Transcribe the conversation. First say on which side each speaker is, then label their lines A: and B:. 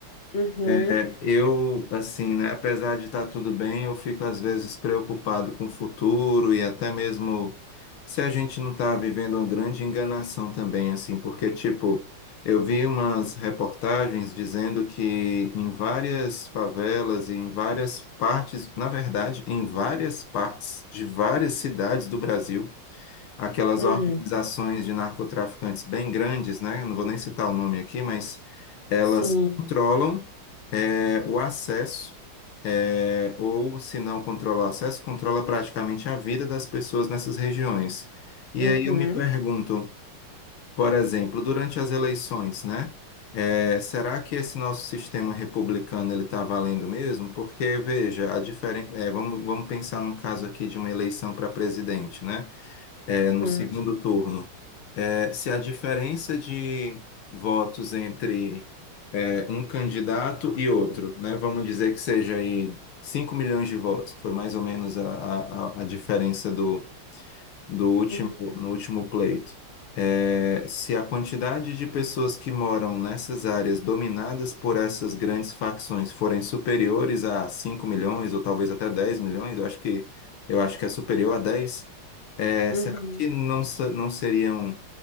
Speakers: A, on the left; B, on the left.
A: Uhum,
B: É, eu, assim, né, apesar de estar tudo bem, eu fico às vezes preocupado com o futuro e até mesmo se a gente não está vivendo uma grande enganação também, assim, porque, tipo, eu vi umas reportagens dizendo que em várias favelas e em várias partes, na verdade, em várias partes de várias cidades do Brasil, aquelas
A: hum,
B: organizações de narcotraficantes bem grandes, né, não vou nem citar o nome aqui, mas elas
A: sim.
B: controlam é, o acesso, é, ou se não controla o acesso, controla praticamente a vida das pessoas nessas regiões. E
A: Uhum,
B: aí eu me pergunto, por exemplo, durante as eleições, né? é, será que esse nosso sistema republicano ele está valendo mesmo? Porque veja, a diferen... é, vamos, vamos pensar num caso aqui de uma eleição para presidente, né? É,
A: uhum,
B: no segundo turno é, se a diferença de votos entre é, um candidato e outro, né, vamos dizer que seja aí 5 milhões de votos, que foi mais ou menos a, a, a a diferença do, do último,
A: uhum,
B: no último pleito. É, se a quantidade de pessoas que moram nessas áreas dominadas por essas grandes facções forem superiores a 5 milhões ou talvez até 10 milhões, eu acho que, eu acho que é superior a 10, é,
A: uhum.
B: será que não, se- não seriam